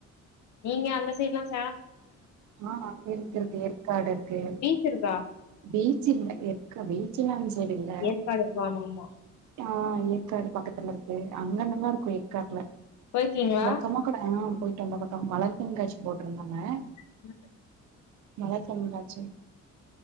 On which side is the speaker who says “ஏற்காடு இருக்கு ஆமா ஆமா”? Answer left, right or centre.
Left